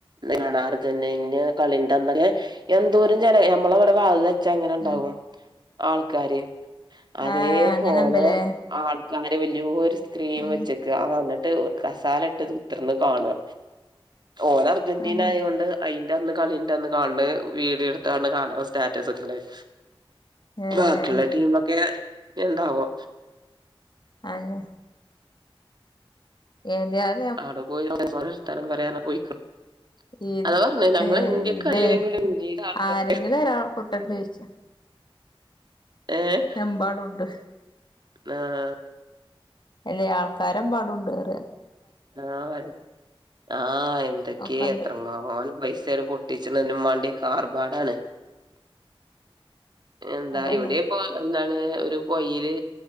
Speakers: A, on the right; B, on the left.
A: കാണാ അർജന്ടീനന്റെ കളിന്റെ എന്തോരം ജന നമ്മളവിടെ പച്ച അങ്ങനെ ഉണ്ടാവും
B: ഉം
A: ആൾക്കാാര് അതേപോലെ
B: ഏഹ് അങ്ങനെണ്ട്ല്ലേ
A: ആൾക്കാര് വല്യൊരു സ്ക്രീം
B: ഉം
A: വെച്ച ആഹ ന്നിട്ട് കസാല ഇട്ട് കുത്തിർന്ന് കാണു ഓന അർജന്റീന
B: ആഹ്
A: ആയൊണ്ട് അയിന്റെ അന്ന് കളിന്റെ അന്ന് കാണ് വീഡിയോടത് കാണ് കാണാവൻ സ്റ്റാറ്റസ് വെയ്
B: ഏഹ്
A: ബാക്കിയുള്ള ടീമൊക്കെ എന്താവോ
B: അയ്നെ ഏത
A: അവിടെ പോയിം <unintelligible> പറയാന പോയിക്കും
B: ഈ
A: അതാ പറഞ്ഞേ നമ്മളെ
B: ഏഹ്
A: ഇന്ത്യക്ക
B: ഇതേ
A: അല്ലെങ്കിലും ഇന്ത്യയില ആൾക്കാര
B: ആരെങ്കിലും <unintelligible>
A: ഏഹ്
B: എമ്പാടുണ്ട്
A: ആഹ്
B: അല്ലയ് ആൾക്കാര് എമ്പാടുണ്ട് ന്നറ
A: <unintelligible> ആഹ് എന്തൊക്കേ
B: ഒക്കെണ്ട്
A: എത്രണം <unintelligible> പൈസാണ് പൊട്ടിച്ച്ണ് ഇതിനും വാണ്ടി ആർഭാടാണ് എന്താ
B: അതന്നെ
A: ഇവടിം ഇപ്പോ എന്താണ് ഒരു പൊയീല്